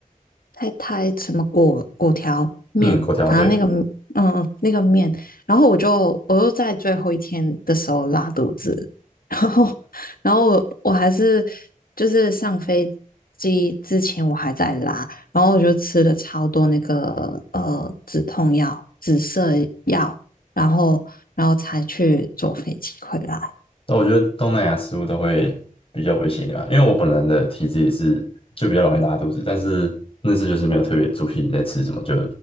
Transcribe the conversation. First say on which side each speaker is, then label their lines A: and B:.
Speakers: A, on the left; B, on the left.
A: 太太什么果果条面，
B: 嗯，粿条对，
A: 反正那个嗯呃那个面，然后我就我又在最后一天的时候拉肚子，<laughs> 然后然后我我还是就是上飞机之前我还在拉，然后我就吃了超多那个呃止痛药、止泻药。然后然后才去坐飞机回来。
B: 但我觉得东南亚食物都会比较危险一点吧，因为我本人的体质也是就比较容易拉肚子，但是那次就是没有特别注意在吃什么，就